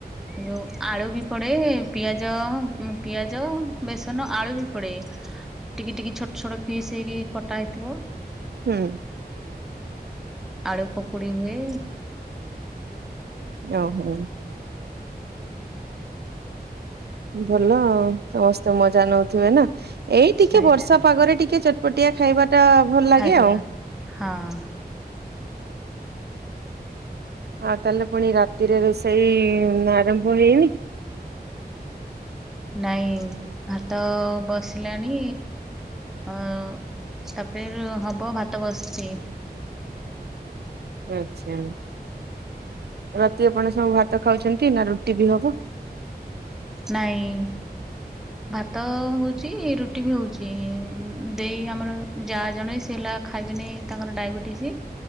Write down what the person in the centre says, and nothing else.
ଯୋଭ ଆଳୁ ବି ପଡ଼େ ପିଆଜ ପିଆଜ ବେସନ ଆଳୁ ବି ପଡ଼େ।
ଟିକି ଟିକି ଛୋଟ ଛୋଟ ଫିସ୍ ହେଇକି କଟା ହେଇଥିବ।
ଆଳୁ ପକୁଡି ହୁଏ।
ଆଜ୍ଞା
ଆଜ୍ଞା
ହଁ।
ନାଇଁ ଭାତ ବସିଲାଣି ଅ ତାପରେ ହବ ଭାତ ବସିଛି।
ନାଇଁ।
ଭାତ ହଉଚି ରୁଟି ବି ହଉଛି ଦେଇ ଆମର ଯା ଜଣେ ସେ ହେଲା ଖାଇବେନି ତାଙ୍କର ଡାଇବେଟିସ୍